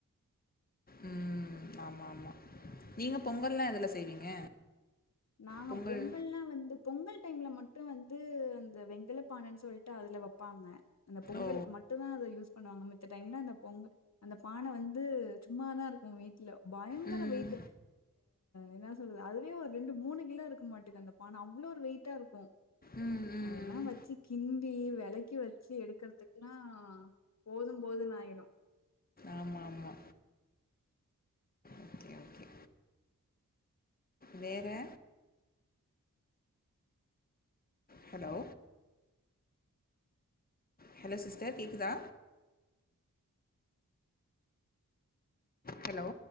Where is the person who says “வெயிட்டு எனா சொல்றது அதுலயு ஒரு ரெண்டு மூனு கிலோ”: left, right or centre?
Left